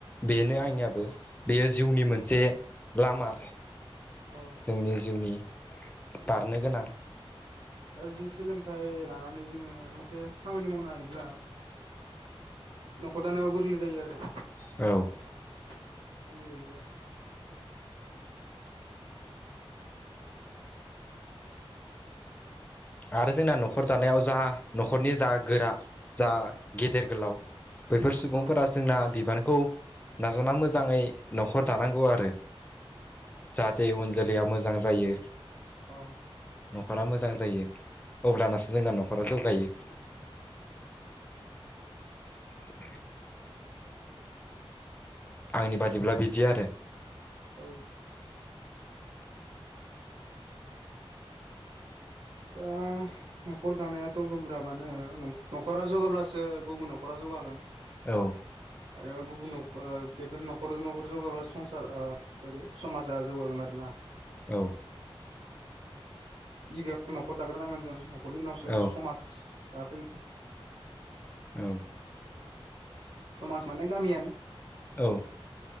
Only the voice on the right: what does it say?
औ
औ
आरो जे सोलोंथाइ लानानै जोङो मायबा मोनसे खामानि मावनो हायोब्ला न'खर दानायाव गोरलै जायो आरो
आंनि बायदिबा
औ
औ
औ दा न'खर दानायाथ' गोब्राबानो नं न'खरा जौगाब्लासो गुबुन न'खरा जौगागोन।
आरो गुबुन न'ख ओ बेफोर न'खरजों न'खर जौगाब्ला संसारा ओरै समाजा जौगागोन आरो ना
गिबियाव न'खर दाग्रोनांगोन जों न'खरनि उनावसो
समाज दाफै
समाज माने गामियानो